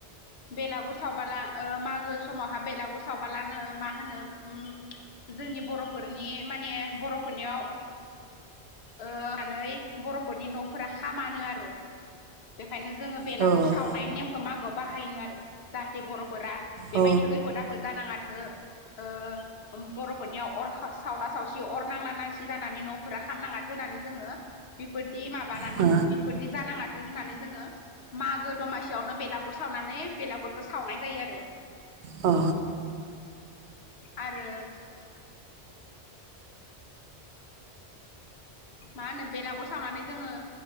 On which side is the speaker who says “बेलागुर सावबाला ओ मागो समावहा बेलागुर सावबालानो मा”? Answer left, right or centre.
Left